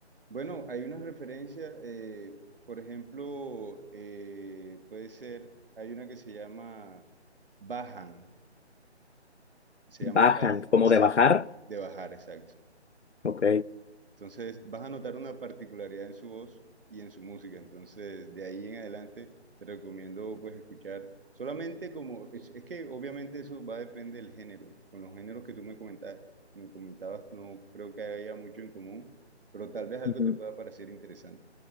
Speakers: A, on the right; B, on the left.
A: Bueno, hay una referencia, eh, por ejemplo, eh, puede ser, hay una que se llama Bajan, se
B: Bajan,
A: llama Baja,
B: como
A: sí,
B: de bajar.
A: de bajar, exacto.
B: Ok.
A: Entonces, vas a notar una particularidad en su voz y en su música. Entonces, de ahí en adelante, te recomiendo pues escuchar solamente como, es, es que obviamente eso va a depender del género. Con los géneros que tú me comentabas, me comentabas, no creo que haya mucho en común, pero tal vez algo
B: Ujú.
A: te pueda parecer interesante.